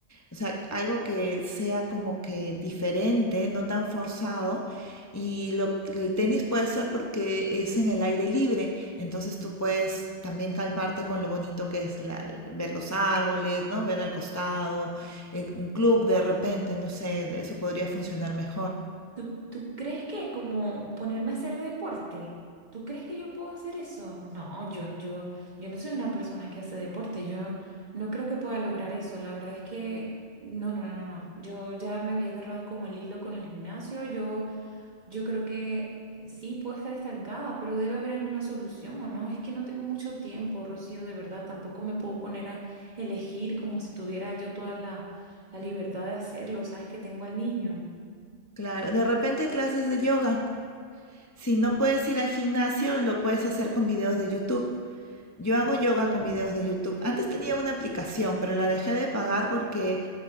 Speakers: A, on the left (about 25°); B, on the right (about 40°).
A: O sea, algo que sea como que diferente, no tan forzado. Y lo, el tenis puede ser porque es en el aire libre, entonces tú puedes también calmarte con lo bonito que es la- ver los árboles, ¿no? Ver al costado, eh, un club de repente, no sé, eso podría funcionar mejor.
B: ¿Tú, tú crees que como ponerme a hacer deporte? ¿Tú crees que yo puedo hacer eso? No, yo, yo, yo no soy una persona que hace deporte. Yo no creo que pueda lograr eso. La verdad es que no, no, no, no. Yo ya me había agarrado como el hilo con el gimnasio. Yo Yo creo que eh, sí, puedo estar estancada, pero debe haber alguna solución, ¿o no? Es que no tengo mucho tiempo, Rocío, de verdad. Tampoco me puedo poner a elegir como si tuviera yo toda la, la libertad de hacerlo, ¿sabes? Que tengo al niño.
A: Claro, de repente clases de yoga. Si no puedes ir al gimnasio, lo puedes hacer con videos de YouTube. Yo hago yoga con videos de YouTube. Antes tenía una aplicación, pero la dejé de pagar porque